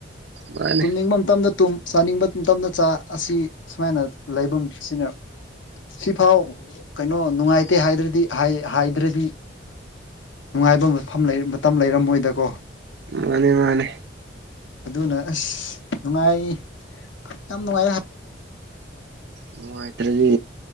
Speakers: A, on the right; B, on the left.
A: ꯃꯥꯅꯦ
B: ꯇꯨꯝꯅꯤꯡꯕ ꯃꯇꯝꯗ ꯇꯨꯝ ꯆꯥꯅꯤꯡꯕ ꯇꯝꯅ ꯆꯥ ꯑꯁꯤ ꯁꯨꯃꯥꯏꯅ ꯂꯩꯐꯝ ꯁꯤꯅꯦ ꯁꯤꯐꯥꯎ ꯀꯩꯅꯣ ꯅꯨꯡꯉꯥꯏꯇꯦ ꯍꯥꯏꯔꯗꯤ ꯍꯥꯏꯗ꯭ꯔꯗꯤ ꯅꯨꯡꯉꯥꯏꯕ ꯃꯐꯝ ꯃꯇꯝ ꯂꯩꯔꯝꯃꯣꯏꯗꯀꯣ
A: ꯃꯥꯅꯦ ꯃꯥꯅꯦ
B: ꯑꯗꯨꯅ ꯑꯁ ꯅꯨꯡꯉꯥꯏ ꯌꯥꯝ ꯅꯨꯡꯉꯥꯏ
A: ꯅꯨꯡꯉꯥꯏꯇꯔꯗꯤ